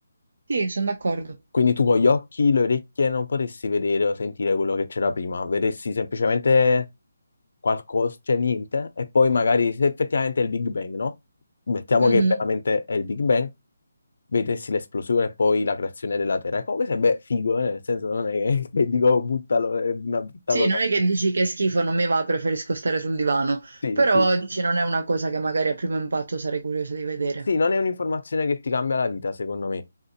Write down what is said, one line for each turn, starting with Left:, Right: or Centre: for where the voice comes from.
Right: Sì, son d'accordo.
Left: Quindi tu con gli occhi, le orecchie non potresti vedere o sentire quello che c'era prima, vedresti semplicemente qualcosa, cioè niente, e poi magari se effettivamente è il Big Bang, no? Mettiamo
Right: Mh-mh.
Left: che veramente è il Big Bang, vedessi l'esplosione e poi la creazione della Terra. E Comunque sarebbe figo, eh, Nel senso non è <laughs> che dico buttalo, è una brutta
Right: Sì,
Left: cosa.
Right: non è che dici: "Che è schifo, non mi va, preferisco stare sul divano",
Left: Sì,
Right: però
Left: sì.
Right: dici: "Non è una cosa che magari a primo impatto sarei curiosa di vedere".
Left: Sì, non è un'informazione che ti cambia la vita, secondo me.